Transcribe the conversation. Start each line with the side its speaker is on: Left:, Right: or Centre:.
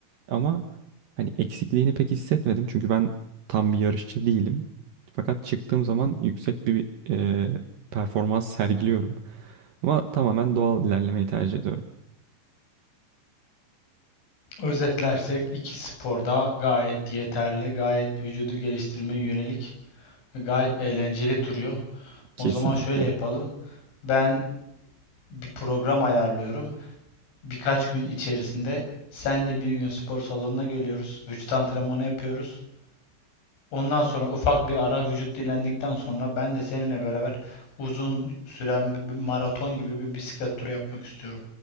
Right: Ama hani eksikliğini pek hissetmedim. Çünkü ben tam bir yarışçı değilim. Fakat çıktığım zaman yüksek bir e, performans sergiliyorum. Ama tamamen doğal ilerlemeyi tercih ediyorum.
Left: Özetlersek iki sporda gayet yeterli, gayet vücudu geliştirmeye yönelik, gayet eğlenceli duruyor.
Right: Kesinlikle.
Left: O zaman şöyle yapalım. Ben bir program ayarlıyorum. Birkaç gün içerisinde senle bir gün spor salonuna geliyoruz. Vücut antrenmanı yapıyoruz. Ondan sonra ufak bir ara vücut dinlendikten sonra ben de seninle beraber uzun süren bir, bir maraton gibi bir bisiklet turu yapmak istiyorum.